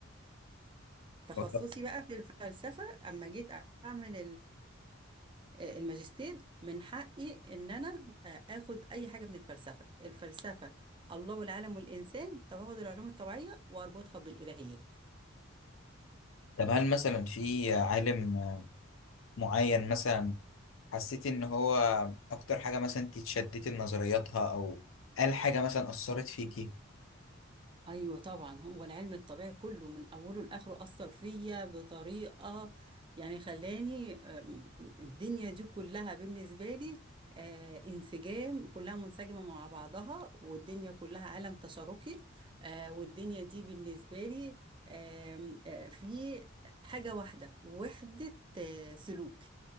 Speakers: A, on the right; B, on the left.
A: تخصصي
B: طب
A: بقى في الفلسفة أما جيت أعمل آه، الماجستير من حقي ان انا آه، اخد اي حاجه من الفلسفه الفلسفه الله والعالم والانسان طب هاخد العلوم الطبيعيه واربطها بالالهيات
B: طب هل مثلا في عالم معين مثلا حسيتي ان هو اكتر حاجة مثلا انت اتشدتي لنظرياتها او قال حاجة مثلا اثرت فيكي
A: ايوه طبعا هو العلم الطبيعي كله من اوله لاخره اثر فيا بطريقه يعني خلاني أم، الدنيا دي كلها بالنسبه لي آه، انسجام كلها منسجمه مع بعضها والدنيا كلها عالم تشاركي آه، والدنيا دي بالنسبه لي آم، آه، في حاجه واحده وحده آه، سلوك